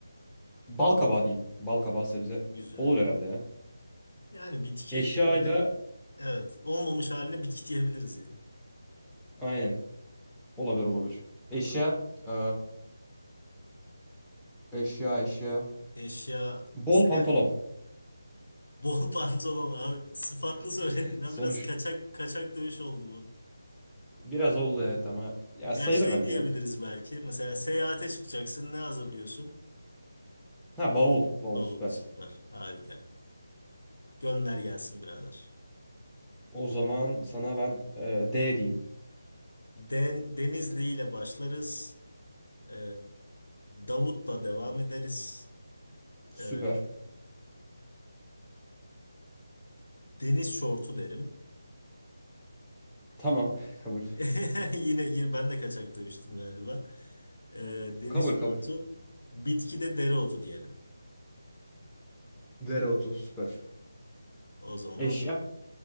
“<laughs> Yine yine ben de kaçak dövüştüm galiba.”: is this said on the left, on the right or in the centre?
Left